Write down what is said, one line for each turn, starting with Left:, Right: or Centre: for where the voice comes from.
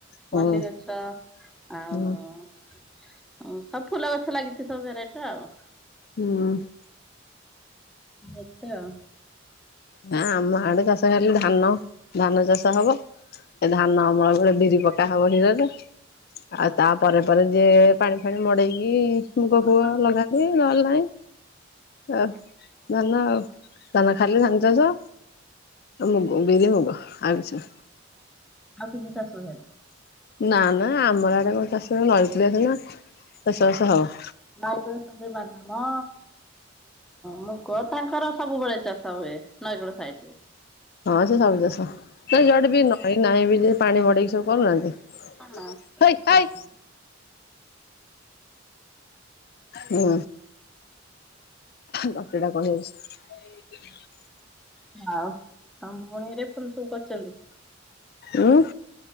Left: ହୁଁ
Centre: ମଲ୍ଲୀଗଛ ଆଉ
Left: ହୁଁ
Centre: ହ ସବୁ ଫୁଲ ଗଛ ଲାଗିଛି ସବୁ ଭେରାଇଟିର ଆଉ।
Left: ହୁଁ
Centre: ଅଛି ଆଉ।
Left: ହଁ ଆମ ଆଡେ ଚାଷ ହେଲେ ଧାନ ଧାନ ଚାଷ ହବ ଏ ଧାନ ଅମଳ ବେଳେ ବିରି ପ କାହା ହବ ହୀରରେ
Centre: ହଁ
Left: ଆଉ ତା ପରେ ପରେ ଯିଏ ପାଣି ଫାଣି ମଡେଇକି ମୁଗ
Centre: ଭଲ
Left: ଫୁଗ ଲଗା ତି ନହେଲେ ନାଇଁ ଆ ଧାନ ଆଉ ଧାନ ଖାଲି ଧାନ ଚାଷ ଆଉ ମୁଗ ବିରି, ମୁଗ ଆଉ କିଛିନା
Centre: ଆଉ କିଛି ଚାଷ ହୁଏନି?
Left: ନା ନା ଆମର ଆଡେ କଣ ଚାଷ ନଈ କୁଳିଆ ଦିନ ଚାଷ ବାସ ହବ।
Centre: ନଇ କୂଳ ପାଖରେ ବାଦାମ ମୁଗ ତାଙ୍କର ସବୁବେଳେ ଚାଷ ହୁଏ ନଈକୂଳ ସାଇଡରେ।
Left: ହଁ ସେ ସବୁ ଚାଷ ତ ଯୁଆଡେ ବି ନଈ ନାହିଁ ବି ଯେ ପାଣି ମଡେଇକି ସବୁ କରୁନାହାନ୍ତି।
Centre: <unintelligible>
Left: ହେଇ ହେଇ ହୁଁ। ତଣ୍ଟିଟା କଣ ହେଇଛି।
Centre: ଆଉ ଆଉ ମୁଣିରେ ଫୁଲ୍ ସବୁ କରିଛନ୍ତି।
Left: ଉଁ